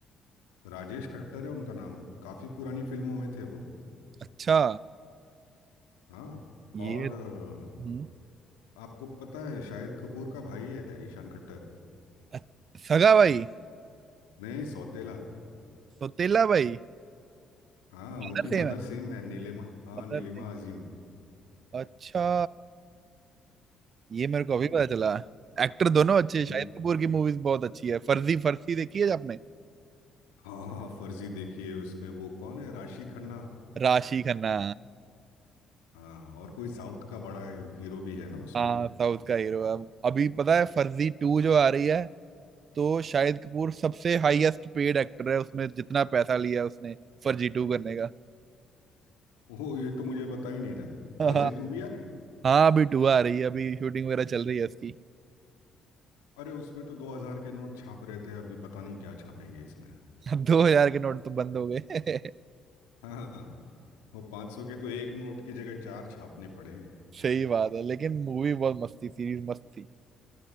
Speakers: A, on the left (about 80°); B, on the right (about 50°).
A: राजेश खट्टर है उनका नाम काफी पुरानी फिल्मों में थे वो
B: अच्छा
A: हाँ
B: ये
A: और अ,
B: हम्म,
A: आपको पता है शाहिद कपूर का भाई है ईशान खट्टर
B: अ- सगा भाई
A: नहीं सौतेला
B: सौतेला भाई
A: हाँ
B: भगत
A: उनकी
B: सिंह
A: मदर
B: है,
A: सेम है नीलिमा हाँ
B: भगत
A: नीलिमा
B: सिंह
A: अजीम
B: अच्छा ये मेरे को
A: हाँ
B: अभी पता चला एक्टर दोनों अच्छे
A: वो-
B: हैं। शाहिद कपूर की मूवीज बहुत अच्छी है फर्जी फर्जी देखी है आपने
A: हाँ, हाँ, फर्जी देखिए उसमें वो कौन है राशि खन्ना
B: राशि खन्ना
A: हाँ और कोई साउथ का बड़ा हीरो भी है ना उसमें
B: हाँ साउथ का हीरो अब अभी पता है फर्जी टू जो आ रही है तो शाहिद कपूर सबसे हाईएस्ट पेड एक्टर है उसमें जितना पैसा लिया उसने फर्जी टू करने का
A: ओह ये तो मुझे पता ही नहीं था
B: <laughs> हाँ
A: फर्जी टू भी आ रही है
B: हाँ अभी टू आ रही है अभी शूटिंग वगैरह चल रही है उसकी
A: अरे उसमें तो दो हजार के नोट छाप रहे थे अभी पता नहीं क्या छापेंगे इसमें
B: अब <laughs> दो हजार के नोट तो बंद हो गए
A: हाँ वो पाँच सौ के तो एक नोट की जगह चार छापने पड़ेंगे
B: <laughs> सही बात है लेकिन मूवी बहुत मस्त थी सीरीज मस्त थी